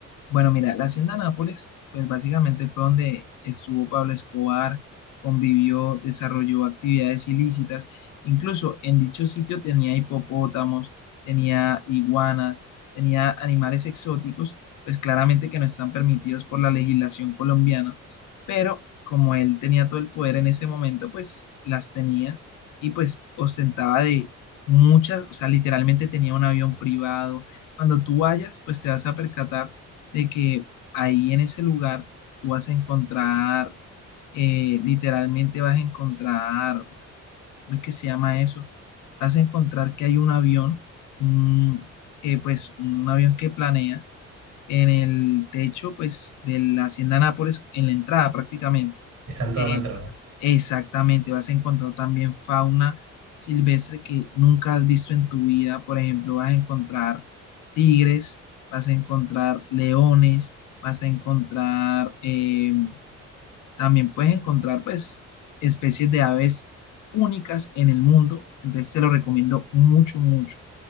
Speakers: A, on the left; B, on the right.
A: Bueno, mira, la hacienda Nápoles, pues básicamente fue donde estuvo Pablo Escobar, convivió, desarrolló actividades ilícitas. Incluso en dicho sitio tenía hipopótamos, tenía iguanas, tenía animales exóticos, pues claramente que no están permitidos por la legislación colombiana. Pero como él tenía todo el poder en ese momento, pues las tenía y pues ostentaba de muchas, o sea, literalmente tenía un avión privado. Cuando tú vayas, pues te vas a percatar de que ahí en ese lugar tú vas a encontrar, eh, literalmente vas a encontrar, ¿cómo es que se llama eso? Vas a encontrar que hay un avión, un- que, pues un avión que planea en el techo pues de la Hacienda Nápoles, en la entrada prácticamente.
B: Está en toda
A: Eh,
B: la entrada.
A: Exactamente, vas a encontrar también fauna silvestre que nunca has visto en tu vida. Por ejemplo, vas a encontrar tigres, vas a encontrar leones, vas a encontrar, eh, también puedes encontrar pues especies de aves únicas en el mundo. Entonces te lo recomiendo mucho, mucho.